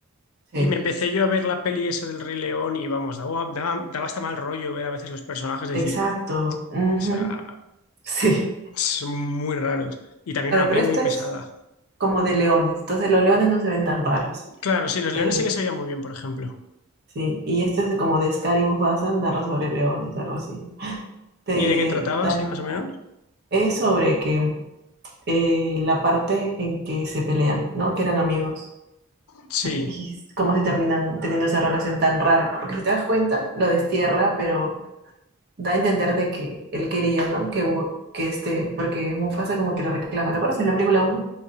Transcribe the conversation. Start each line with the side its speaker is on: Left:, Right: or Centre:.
Right: Sí.
Left: Y me empecé yo a ver la peli esa del Rey León y vamos, daba, daba, daba hasta mal rollo ver a veces los personajes, decir,
Right: Exacto. Ujú.
Left: o sea,
Right: Sí.
Left: son muy raros. Y también
Right: Claro,
Left: una
Right: pero
Left: peli
Right: esto
Left: muy pesada.
Right: es como de leones. Entonces los leones no se ven tan raros.
Left: Claro, sí, los
Right: Eh,
Left: leones sí que se veían muy bien, por ejemplo.
Right: sí. Y este es como de Scar y Mufasa, narra sobre leones, algo así. Te
Left: ¿Y de qué trataba,
Right: dan...
Left: sí, más o menos?
Right: Es sobre que eh, la parte en que se pelean, ¿no? Que eran amigos.
Left: Sí,
Right: Y s- cómo se terminan teniendo esa relación tan rara. Porque si te das cuenta, lo destierra, pero da a entender de que él quería, ¿no? Que, Bu- que este... Porque Mufasa como que le reclama. ¿Te acuerdas en la película uno.